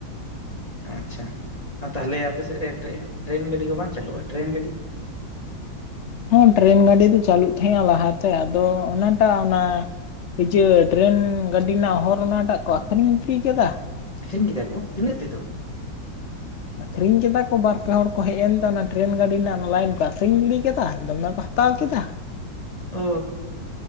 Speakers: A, on the left; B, on the left.
A: ᱟᱪᱪᱷᱟ ᱛᱟᱦᱞᱮ ᱟᱯᱮ ᱥᱮᱫ ᱨᱮ ᱴᱨᱮᱱ ᱴᱨᱮᱱ ᱜᱟᱹᱰᱤ ᱠᱚ ᱵᱟᱝ ᱪᱟᱹᱩᱜᱼᱟ ᱴᱨᱮᱱ ᱜᱟᱹᱰᱤ?
B: ᱦᱮᱸ ᱴᱨᱮᱱ ᱜᱟᱹᱰᱤ ᱫᱚ ᱪᱟᱹᱞᱩᱜ ᱛᱟᱦᱮᱸᱼᱟ ᱞᱟᱦᱟᱛᱮ, ᱟᱫᱚ ᱚᱱᱟᱴᱟᱜ ᱚᱱᱟ ᱡᱮ ᱴᱨᱮᱱ ᱜᱟᱹᱰᱤ ᱨᱮᱱᱟᱜ ᱦᱚᱨ ᱚᱱᱟᱴᱟᱜ ᱠᱚ ᱟᱠᱷᱨᱤᱧ ᱜᱤᱰᱤ ᱠᱟᱫᱟ᱾
A: ᱟᱠᱷᱨᱤᱧ ᱠᱮᱫᱟ ᱠᱚ ᱛᱤᱱᱟᱹᱜ ᱛᱮᱫᱚ?
B: ᱟᱠᱷᱨᱤᱧ ᱠᱮᱫᱟ ᱠᱚ ᱵᱟᱨ ᱯᱮ ᱦᱚᱲ ᱠᱚ ᱦᱮᱡ ᱮᱱᱛᱮ ᱚᱱᱟ ᱴᱨᱮᱱ ᱜᱟᱹᱰᱤ ᱨᱮᱱᱟᱜ ᱚᱱᱟ ᱞᱟᱭᱤᱱ ᱠᱚ ᱟᱠᱷᱨᱤᱧ ᱜᱤᱰᱤ ᱠᱟᱫᱟ ᱫᱚᱢᱮ ᱠᱚ ᱦᱟ ᱛᱟᱣ ᱠᱮᱫᱟ᱾
A: ᱚ